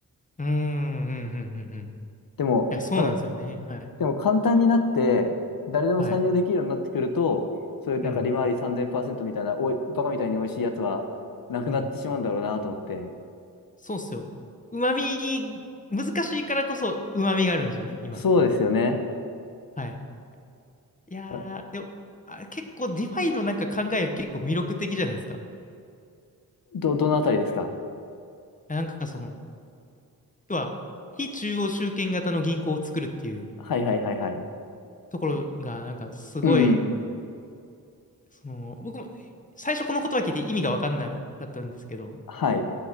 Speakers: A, on the left; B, on the left.
A: ーん、うん、うん、うん。うん
B: でも、
A: いや、そうなんですよね。
B: 多分、
A: はい、
B: でも簡単になって、誰でも参入できるようになってくると、
A: はい。
B: そういうなんか利回り3000%
A: うん、
B: みたいな、おい、バカみたいに美味しいやつはなくなってしまうんだろうなと思って。
A: うん。そうっすよ。うまみ、難しいからこそ、うまみがあるんですよね、今。
B: そうですよね。
A: はい。いやー、
B: あ
A: でも、あ、結構、ディファイのなんか考え、結構魅力的じゃないですか。
B: ど、どのあたりですか
A: なんか、その、要は、非中央集権型の銀行を作るっていう
B: はいはいはいはい。
A: ところが、なんか、すごい、
B: うん。
A: その、僕も最初この言葉聞いて意味が分かんなかったんですけど、
B: はい。